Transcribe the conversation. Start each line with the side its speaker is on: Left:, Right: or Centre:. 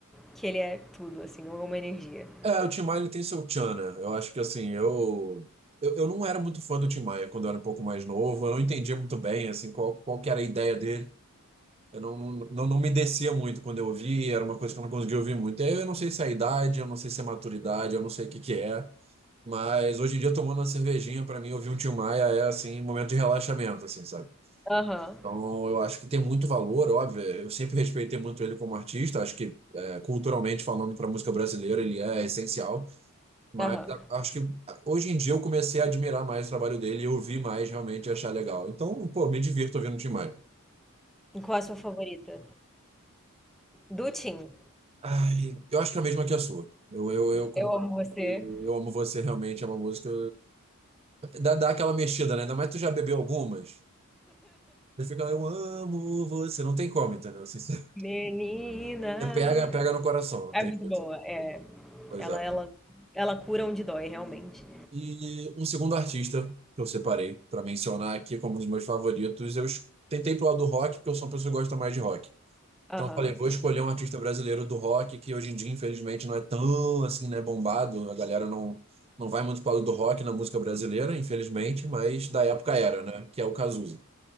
Centre: que ele é tudo, assim, uma energia.
Right: É, o Tim Maia ele tem seu tchan, né? Eu acho que assim, eu, eu eu não era muito fã do Tim Maia quando eu era um pouco mais novo, eu não entendia muito bem assim qual, qual que era a ideia dele. Eu não, não, não me descia muito quando eu ouvia, era uma coisa que eu não conseguia ouvir muito. E aí Eu não sei se é a idade, eu não sei se é a maturidade, eu não sei o que que é, mas hoje em dia tomando uma cervejinha pra mim ouvir um Tim Maia é assim, um momento de relaxamento assim, sabe?
Centre: Aham,
Right: Então, eu acho que tem muito valor, óbvio. Eu sempre respeitei muito ele como artista. Acho que, é, culturalmente falando, para a música brasileira, ele é essencial. Mas
Centre: aham.
Right: a- acho que hoje em dia eu comecei a admirar mais o trabalho dele e ouvir mais realmente e achar legal. Então, pô, me divirto ouvindo o Tim Maia.
Centre: E Qual a sua favorita? Do Tim.
Right: Ai, eu acho que é a mesma que a sua. Eu, eu, eu concordo
Centre: Eu amo você,
Right: que Eu Amo Você realmente é uma música. Dá, dá aquela mexida, né? Ainda mais tu já bebeu algumas. Você fica, lá, eu amo você. Não tem como, entendeu? Assim, <laughs> você
Centre: menina.
Right: pega, pega no coração, não
Centre: É
Right: tem
Centre: muito
Right: jeito.
Centre: boa, é.
Right: Pois
Centre: Ela,
Right: é.
Centre: ela, ela cura onde dói, realmente.
Right: E um segundo artista que eu separei pra mencionar aqui como um dos meus favoritos. Eu es- tentei pro lado do rock, porque eu sou uma pessoa que gosta mais de rock.
Centre: Aham,
Right: Então eu falei, vou escolher um artista brasileiro do rock, que hoje em dia, infelizmente, não é tão assim, né, bombado. A galera não, não vai muito para o lado do rock na música brasileira, infelizmente, mas da época era, né? Que é o Cazuza.